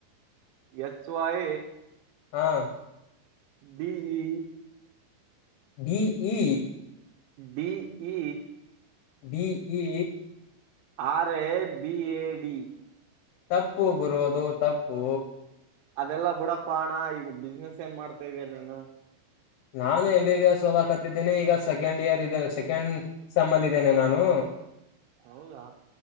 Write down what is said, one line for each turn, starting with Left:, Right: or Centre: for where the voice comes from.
Right: ಎಚ್ ವೈ
Left: ಹಾ
Right: D E
Left: D E
Right: D E
Left: D E
Right: R A B A D
Left: ತಪ್ಪು ಬ್ರೋ ಅದು ತಪ್ಪು
Right: ಅದೆಲ್ಲಾ ಬುಡಪ್ಪ ಹಣ ಈಗ ಬಿಸ್ನೆಸ್ ಏನ್ ಮಾಡ್ತಾ ಇದಿಯಾ ನೀನು
Left: ನಾನು ಎಂ ಬಿ ಎಸ್ ಹೋದಾಕತ್ತಿದ್ದೇನೆ ಈಗ ಸೆಕೆಂಡ್ ಇಯರ್ ಇದೆ ಸೆಕೆಂಡ್ ಸೆಮ್ ಇದ್ದೇನೆ ನಾನು
Right: ಹೌದಾ